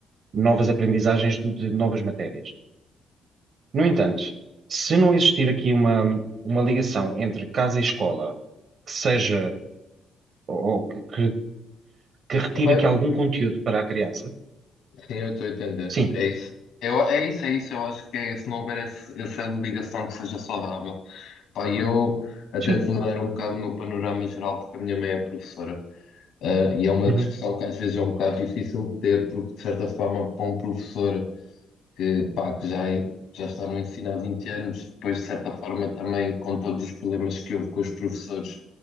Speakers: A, on the right; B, on the left.
A: novas aprendizagens de de novas matérias. No entanto, se não existir aqui uma, uma ligação entre casa e escola que seja ou ou que, que, que retire
B: Sim.
A: aqui algum conteúdo para a criança,
B: Sim, eu estou a entender.
A: sim,
B: É isso. Eu, é isso, é isso. Eu acho que é, se não houver esse, essa ligação que seja saudável. Pá, e eu até
A: sim,
B: te vou dar um bocado o meu panorama geral, porque a minha mãe é professora. Ah, e é uma
A: uhum,
B: discussão que às vezes é um bocado difícil de ter, porque de certa forma, para um professor que, pá, que já, é- já está no ensino há 20 anos, depois de certa forma também com todos os problemas que houve com os professores,